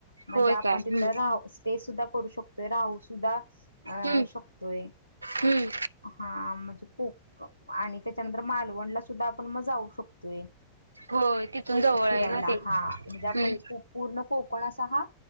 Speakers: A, on the left; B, on the right.
A: म्हणजे
B: होय
A: आपण
B: काय
A: तिथ
B: हम्म
A: राह स्टे सुद्धा करू शकतोय राहू सुद्धा अ
B: हम्म
A: शकतोय
B: हम्म
A: हा म्हणजे कोक आणि त्याच्यानंतर मालू जेवण ला सुद्धा आपण मजाऊ शकतोय
B: होय तिथून जवळ
A: फिरायला
B: आहे ना ते
A: हा म्हणजे
B: हम्म
A: आपण पूर्ण कोकण कोणा हा